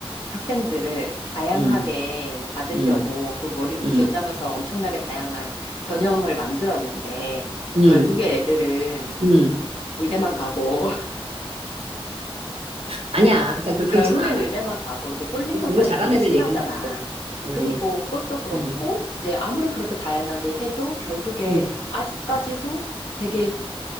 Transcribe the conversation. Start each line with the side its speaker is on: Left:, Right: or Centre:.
Left: 학생들을 다양하게
Right: 음,
Left: 받으려고
Right: 음,
Left: 그 머리를
Right: 음,
Left: 쥐어짜면서 엄청나게 다양한 전형을 만들었는데
Right: 음,
Left: 결국에 애들은
Right: 음.
Left: 의대만 가고 <laughs>
Right: 아니야. 다 그,
Left: 결국에
Right: 그렇지는 않아.
Left: 의대만 가고 이게 쏠림
Right: 음,
Left: 현상이
Right: 공부 잘하는
Left: 되게 심하잖아.
Right: 애들 얘기인 거야.
Left: 그리고
Right: 응,
Left: 그것도 그렇고
Right: 응,
Left: 이제 아무리 그렇게 다양하게 해도 결국에
Right: 응,
Left: 아직까지도 되게